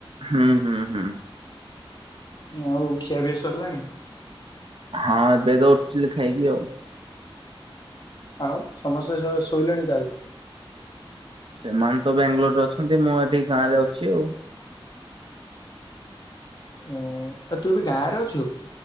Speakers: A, on the right; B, on the left.
A: ହୁଁ ହୁଁ ହୁଁ
B: ଆଉ ଖିଆପିଆ ସରିଲାଣି?
A: ହଁ ବେଦ ଲ ଖାଇକି ଆଉ।
B: ଆଉ ସମସ୍ତେ ଶୋଇଲେଣି ତାହେଲେ।
A: ସେମାନେ ତ ବାଙ୍ଗାଲୋରରେ ଅଛନ୍ତି, ମୁଁ ଏଠି ଗାଁ ରେ ଅଛି ଆଉ।
B: ହୁଁ ଆ ତୁ ଏବେ ଗା ଗାଁରେ ଅଛୁ।